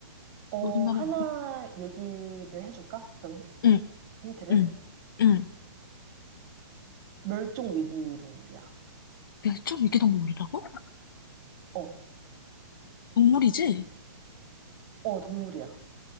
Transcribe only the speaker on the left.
우리나라
어디?
응,
응, 응.
멸종위기 동물이라고?
동물이지?